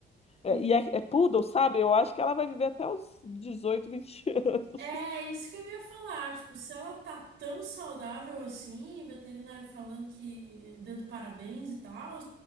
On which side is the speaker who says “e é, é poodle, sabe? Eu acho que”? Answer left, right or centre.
Left